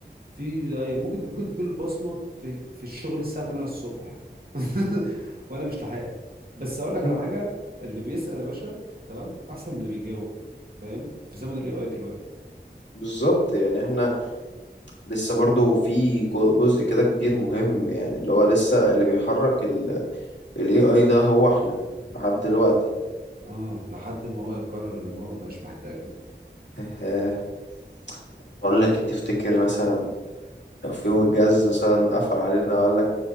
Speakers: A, on the right; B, on the left.
A: في أيوة، ممكن ممكن تكون بصمه في في الشغل الساعه 8 الصبح <laughs> وانا مش لاحقها بس اقول لك
B: <laughs>
A: على حاجه اللي بيسال يا باشا تمام احسن من اللي بيجاوب فاهم في زمن الاي اي دلوقتي
B: بالظبط يعني احنا لسه برضو في كو- جزء كده كبير مهم يعني اللي هو لسه اللي بيحرك ال ال AI ده هو احنا لحد دلوقتي
A: اه لحد ما هو يقرر ان هو مبقاش محتاجنا
B: <laughs> بقول لك إيه، تفتكر مثلا لو في يوم الجهاز مثلا قفل علينا وقال لك